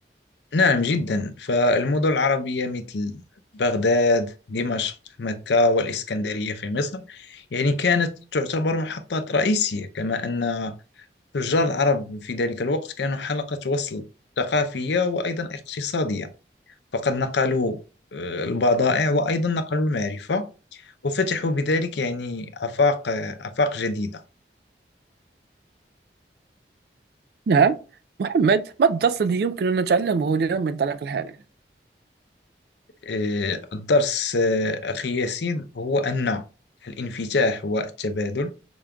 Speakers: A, on the left (about 75°); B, on the right (about 60°).
A: نعم جدا فالمدن العربية مثل بغداد دمشق مكة والإسكندرية في مصر يعني كانت تعتبر محطات رئيسية كما أن تجار العرب في ذلك الوقت كانوا حلقة وصل ثقافية وأيضا اقتصادية فقد نقلوا آه، البضائع وأيضا نقلوا المعرفة وفتحوا بذلك يعني آفاق آه، آفاق جديدة
B: نعم محمد ما الدرس الذي يمكن أن نتعلمه اليوم من تعليق الحديث؟
A: آه، الدرس آه، أخي ياسين هو أن الانفتاح والتبادل